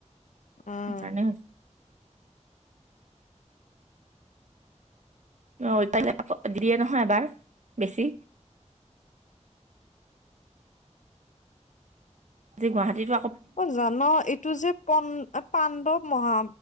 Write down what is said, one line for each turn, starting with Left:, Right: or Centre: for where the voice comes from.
Left: অ'।
Right: সেইকাৰণে অ', <unintelligible> দিয়ে নহয় এবাৰ বেছি আজি গুৱাহাটীৰ
Left: অ জানো এইটো যে প-পাণ্ডৱ মহা